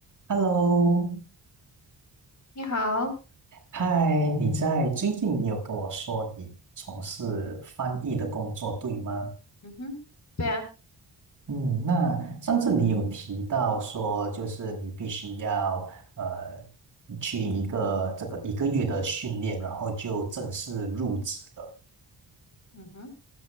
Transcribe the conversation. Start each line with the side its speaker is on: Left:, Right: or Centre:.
Right: Hello，
Left: 你好，
Right: 嗨，你在最近你有跟我说你从事翻译的工作，对吗？
Left: 嗯哼，对啊，
Right: 嗯，那上次你有提到说，就是你必须要呃去一个这个一个月的训练，然后就正式入职了。
Left: 嗯哼，